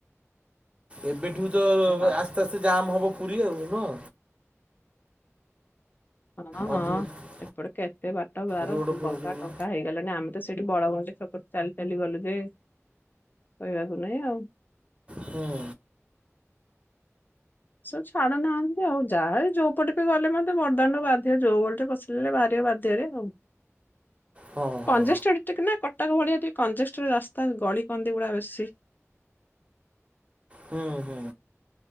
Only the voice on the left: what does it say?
ଆଉ।
ହଁ ହଁ,
ଏପଟେ କେତେ ବାଟ ଗାର
ବଙ୍କା
ଟଙ୍କା ହେଇ ଗଲାଣି। ଆମେ ତ ସେଇଠୁ ବଳଗଣ୍ଡି ଛକ ଠୁ ଚାଲି ଚାଲି ଗଲୁ ଯେ କହିବାକୁ ନାହିଁ ଆଉ।
ସବୁ ଛାଡୁ ନାହାନ୍ତି ଆଉ। ଯାହା ବି ଯୋଉ ପଟେ ବି ଗଲେ ମତେ ବଡଦାଣ୍ଡ ବାଧ୍ୟ ଯୋଉ ବାଟେ ପଶି ଲେ ବାହାରିବ ବାଧ୍ୟରେ ଆଉ
କଞ୍ଜଷ୍ଟେଡ୍ ଟିକେ ନା କଟକ ଭଳିଆ ଟିକେ କଞ୍ଜଷ୍ଟେଡ୍ ରାସ୍ତା ଗଳି କନ୍ଦି ଗୁଡା ବେଶୀ।